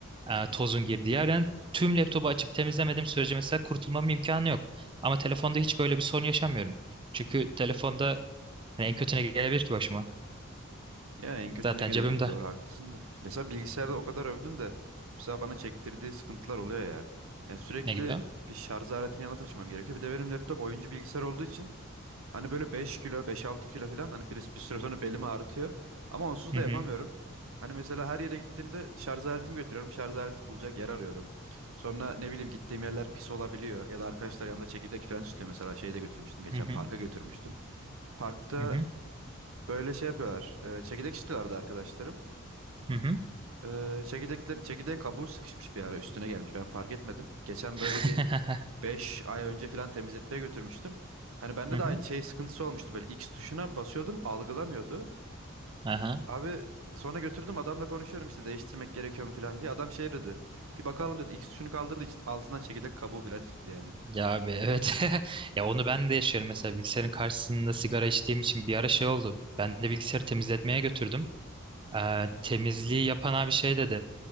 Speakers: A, on the right; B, on the right.
A: e, tozun girdiği yer. Yani tüm laptopu açıp temizlemediğim sürece mesela kurtulmam imkanı yok. Ama telefonda hiç böyle bir sorun yaşamıyorum. Çünkü telefonda hani en kötü ne gelebilir ki başıma?
B: Ya en kötü
A: Zaten
B: ne gelebilir?
A: cebimde.
B: Doğru haklısın da. Mesela bilgisayarda
A: Hı hı.
B: o kadar övdüm de mesela bana çektirdiği sıkıntılar oluyor ya. Yani sürekli
A: Ne gibi?
B: bir şarj aletini yanına taşımam gerekiyor. Bir de benim laptop oyuncu bilgisayar olduğu için hani böyle 5 kilo, beş altı kilo falan hani bir, bir süre sonra belimi ağrıtıyor. Ama onsuz
A: Hı
B: da
A: hı.
B: yapamıyorum. Hani mesela her yere gittiğimde şarj aletimi götürüyorum. Şarj aleti bulacak yer arıyorum. Sonra ne bileyim gittiğim yerler pis olabiliyor ya da arkadaşlar yanında çekirdek falan çıkıyor mesela şeyi de götürmüştüm geçen
A: Hı hı.
B: parka götürmüştüm. Parkta
A: Hı hı.
B: Böyle şey yapıyorlar. E, çekirdek istiyorlardı arkadaşlarım.
A: Hı hı.
B: E, çekirdeklerin, çekirdeğin kabuğu sıkışmış bir ara üstüne gelmiş. Ben fark etmedim. Geçen
A: <laughs>
B: böyle bir 5 ay önce falan temizletmeye götürmüştüm. Hani bende
A: Hı hı.
B: de aynı şey sıkıntısı olmuştu. Böyle X tuşuna basıyordum algılamıyordu.
A: Aha.
B: Abi sonra götürdüm adamla konuşuyorum işte değiştirmek gerekiyor mu falan diye. Adam şey dedi. Bir bakalım dedi. X tuşunu kaldırdığı için altından çekirdek kabuğu falan çıktı yani.
A: Ya abi evet. <laughs> Ya onu ben de yaşıyorum mesela bilgisayarın karşısında sigara içtiğim için bir ara şey oldu. Ben de bilgisayarı temizletmeye götürdüm. Ee, temizliği yapan abi şey dedi.